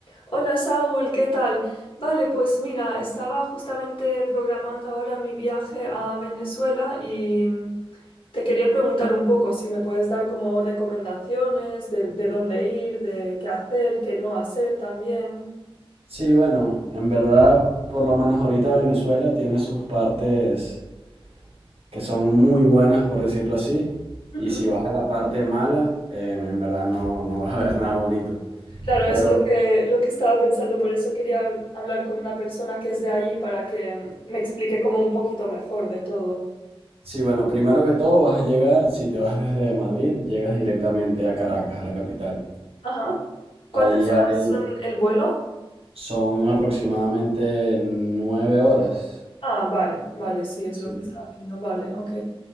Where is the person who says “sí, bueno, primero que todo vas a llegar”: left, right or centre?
Right